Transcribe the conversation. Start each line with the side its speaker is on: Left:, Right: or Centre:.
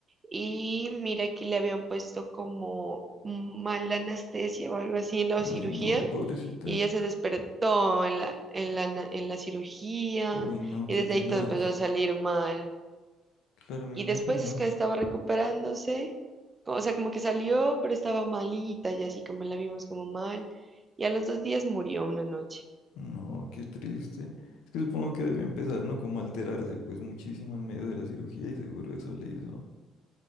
Right: y mira que le habían puesto como mala anestesia o algo así en la cirugía
Left: Ay, no, pobrecita.
Right: y ella se despertó en la, en la, na- en la cirugía
Left: Uy, no,
Right: y
Left: qué
Right: desde
Left: tenaz.
Right: ahí todo empezó a salir mal.
Left: Claro, me
Right: Y
Left: imagino.
Right: después es que estaba recuperándose, o sea, como que salió, pero estaba malita y así como la vimos como mal. Y a los dos días murió una noche.
Left: No, qué triste. Es que supongo que debió empezar, ¿no? Como a alterarse, pues muchísimo en medio de la cirugía y seguro eso le hizo,